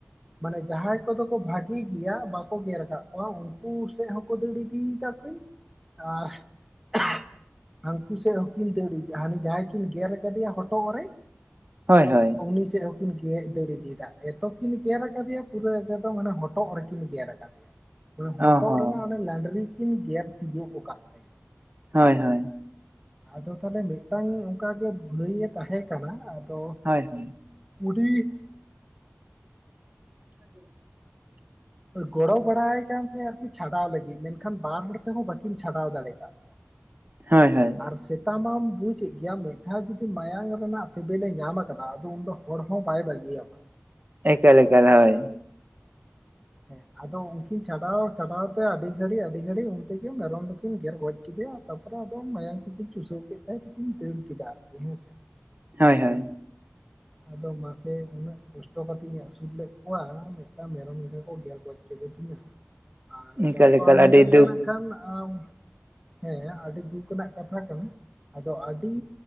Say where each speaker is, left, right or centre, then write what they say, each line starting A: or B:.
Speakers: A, in the centre; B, on the right.
A: ᱢᱟᱱᱮ ᱡᱟᱦᱟᱸᱭ ᱠᱚᱫᱚ ᱠᱚ ᱵᱷᱟᱜᱤ ᱜᱮᱭᱟ ᱵᱟᱠᱚ ᱜᱮᱨ ᱟᱠᱟᱫ ᱠᱚᱣᱟ ᱩᱱᱠᱩ ᱥᱮᱫ ᱦᱚᱸᱠᱚ ᱫᱟᱹᱲ ᱤᱫᱤᱭᱮᱫᱟ <unintelligible> ᱟᱨ <inaudible> ᱦᱟᱹᱱᱠᱩ ᱥᱮᱫ ᱦᱚᱸᱠᱤᱱ ᱫᱟᱹᱲ ᱤᱫᱤ ᱦᱟᱱᱤ ᱡᱟᱦᱟᱸᱭ ᱠᱤᱱ ᱜᱮᱨ ᱠᱟᱫᱮᱭᱟ ᱦᱚᱴᱚᱜ ᱨᱮ
B: ᱦᱳᱭ ᱦᱳᱭ ᱾
A: ᱩᱱᱤ ᱥᱮᱫ ᱦᱚᱸ ᱠᱤᱱ ᱜᱮ ᱫᱟᱹᱲ ᱤᱫᱤᱭᱮᱫᱟ ᱮᱛᱚ ᱠᱤᱱ ᱜᱮᱨ ᱟᱠᱟᱫᱮᱭᱟ ᱯᱩᱨᱟᱹ ᱮᱠᱚᱫᱚᱢ ᱦᱚᱴᱚᱜ ᱨᱮᱠᱤᱱ ᱜᱮᱨ ᱟᱠᱟ <unintelligible> ᱢᱟᱱᱮ ᱦᱚᱴᱚᱜ
B: ᱚ ᱦᱚᱸ
A: ᱨᱮᱱᱟᱜ ᱚᱱᱟ ᱱᱟᱸᱰᱨᱤ ᱠᱤᱱ ᱜᱮᱨ ᱛᱤᱭᱳᱜ ᱟᱠᱟᱫ ᱛᱟᱭᱟ
B: ᱦᱳᱭ ᱦᱳᱭ ᱾
A: ᱟᱫᱚ ᱛᱟᱦᱚᱞᱮ ᱢᱤᱫᱴᱟᱝ ᱚᱱᱠᱟ ᱜᱮ ᱵᱷᱟᱹᱭᱮ ᱛᱟᱦᱮᱸ ᱠᱟᱱᱟ, ᱟᱫᱚ
B: ᱦᱳᱭ ᱦᱳᱭ ᱾
A: ᱩᱱᱤ
B: <unintelligible>
A: ᱜᱚᱲᱚ ᱵᱟᱲᱟ ᱟᱭ ᱠᱟᱱ ᱛᱟᱦᱮᱸᱫ ᱟᱨᱠᱤ ᱪᱷᱟᱰᱟᱣ ᱞᱟᱹᱜᱤᱫ ᱢᱮᱱᱠᱷᱟᱱ ᱵᱟᱨ ᱦᱚᱲ ᱛᱮᱦᱚᱸ ᱵᱟᱹᱠᱤᱱ ᱪᱷᱟᱰᱟᱣ ᱫᱟᱲᱮ ᱠᱟᱜ ᱠᱚᱣᱟ ᱾ <unintelligible>
B: ᱦᱳᱭ ᱦᱳᱭ ᱾
A: ᱟᱨ ᱥᱮᱛᱟ ᱢᱟᱢ ᱵᱩᱡᱮᱜ ᱜᱮᱭᱟ ᱢᱤᱫ ᱫᱷᱟᱣ ᱡᱩᱫᱤ ᱢᱟᱭᱟᱝ ᱨᱮᱱᱟᱜ ᱥᱮᱵᱮᱞᱮ ᱧᱟᱢ ᱟᱠᱟᱫᱟ ᱟᱫᱚ ᱩᱱ ᱫᱚ ᱦᱚᱲ ᱦᱚᱸ ᱵᱟᱭ ᱵᱟᱹᱜᱤᱭᱟᱢᱟ᱾
B: ᱮᱠᱟᱞ ᱮᱠᱟᱞ ᱦᱳᱭ᱾
A: ᱦᱮᱸ ᱟᱫᱚ ᱩᱱᱠᱤᱱ ᱪᱟᱰᱟᱣ ᱪᱷᱟᱰᱟᱣ ᱛᱮ ᱟᱹᱰᱤ ᱜᱷᱟᱹᱲᱤᱡ ᱟᱹᱰᱤ ᱜᱷᱟᱹᱲᱤᱡ ᱩᱱᱛᱮ ᱜᱮ ᱢᱮᱨᱚᱢ ᱫᱚᱠᱤᱱ ᱜᱮᱨ ᱜᱚᱡ ᱠᱮᱫᱮᱭᱟ᱾ ᱛᱟᱯᱚᱨᱮ ᱟᱫᱚ ᱢᱟᱭᱟᱝ ᱠᱚᱠᱤᱱ ᱪᱩᱥᱟᱹᱣ ᱠᱮᱫ ᱛᱟᱭ ᱛᱤᱠᱤᱱ ᱫᱟᱹᱲ ᱠᱮᱫᱟ ᱟᱨᱠᱤ ᱦᱮᱸ ᱥᱮ᱾
B: ᱦᱳᱭ ᱦᱳᱭ᱾
A: ᱟᱫᱚ ᱢᱟᱥᱮ ᱩᱱᱟᱹᱜ ᱠᱚᱥᱴᱚ ᱠᱟᱛᱤᱧ ᱟᱹᱥᱩᱞ ᱞᱮᱫ ᱠᱚᱣᱟ ᱢᱤᱫᱴᱟᱝ ᱢᱮᱨᱚᱢ ᱮᱝᱜᱟ ᱠᱚ ᱜᱮᱨ ᱜᱚᱡ ᱠᱮᱫ ᱛᱤᱧᱟ᱾ ᱟᱨ ᱜᱟᱯᱟ
B: ᱮᱠᱟᱞ ᱮᱠᱟᱞ
A: ᱢᱮᱭᱟᱝ
B: ᱟᱹᱰᱤ
A: ᱜᱮ
B: ᱫᱩᱠ
A: ᱱᱟᱜ ᱠᱷᱟᱱ ᱟᱢ ᱦᱮᱸ ᱟᱹᱰᱤ ᱫᱩᱠ ᱨᱮᱱᱟᱜ ᱠᱟᱛᱷᱟ ᱠᱟᱱᱟ᱾ ᱟᱫᱚ ᱟᱹᱰᱤ